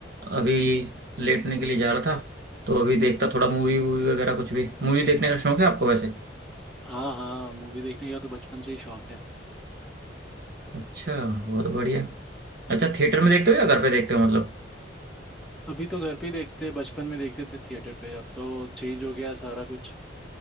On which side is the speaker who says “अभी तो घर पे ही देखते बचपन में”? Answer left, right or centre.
Centre